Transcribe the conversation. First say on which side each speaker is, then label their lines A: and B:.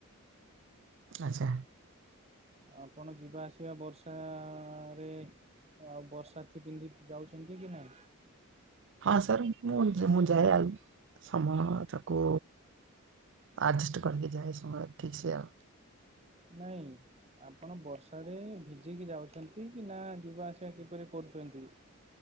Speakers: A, on the right (about 55°); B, on the right (about 30°).
A: ଆଛା।
B: ଆପଣ ଯିବା ଆସିବା ବର୍ଷା ରେ ଆଉ ବର୍ଷାଥି ପିନ୍ଧିକି ଯାଉଚ ଛନ୍ତି କି ନାଇଁ।
A: ହଁ ସାରେ ମୁଁ ଯା ମୁଁ ଯାଏ ଆଉ ସମୟ ତାକୁ ଆଡଜଷ୍ଟ କରିକି ଯାଏ ସମୟ ଠିକ୍ ସେ ଆଉ।
B: ନାଇଁ ଆପଣ ବର୍ଷା ରେ ଭିଜିକି ଯାଉଛନ୍ତି କି ନା ଯିବା ଆସିବା କିପରି କରୁଛନ୍ତି।